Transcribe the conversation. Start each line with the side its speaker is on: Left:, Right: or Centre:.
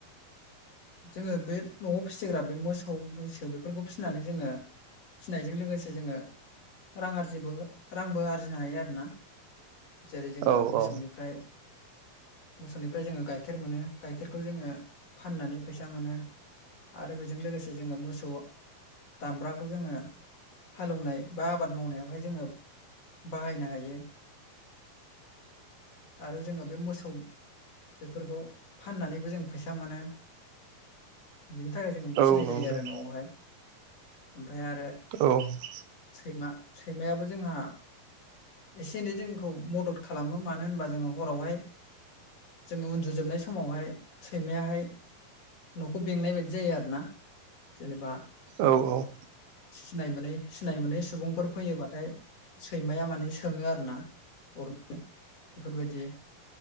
Left: जोङो बे न'आव फिसिग्रा बे मोसौ मैसो बेफोरखौ फिसिनानै जोङो फिनायजों लोगोसे जोङो रां आरजिबो रांबो आरजिनो हायो आरोना जेरै
Right: नोंथां
Left: जोङो
Right: औ
Left: मोसौनिफ्राय
Right: औ
Left: मोसौनिफ्राय जोङो गाइखेर मोनो गाइखेरखौ जोङो फाननानै फैसा मोनो आरो बेजों लोगोसे जोङो मोसौ दामब्राखौ जोङो हालेवनाय बा आबाद मावनायावहाय जोङो बाहायनो हायो आरो जोङो बे मोसौ बेफोरखौ फाननानैबो जों फैसा मोनो बिनि थाखाय जों
Right: नंगौ
Left: फिनाय
Right: नोंथां औ नंगौ
Left: जायो
Right: नोंथां
Left: आरो न'आवहाय ओमफ्राय आरो
Right: औ
Left: सैमा सैमायाबो जोंहा एसे एनै जोंखौ मदद खालामो मानो होनबा जोङो हरावहाय जोङो उन्दुजोबनाय समावहाय सैमायाहाय न'खौ बेंनाय बायदि जायो आरोना जेनेबा
Right: औ औ
Left: सिनायमोनै सिनाय मोनै सुबुंफोर फैयोबाथाय सैमाया माने सोङो आरो ना रनो <unintelligible> बेफोरबायदि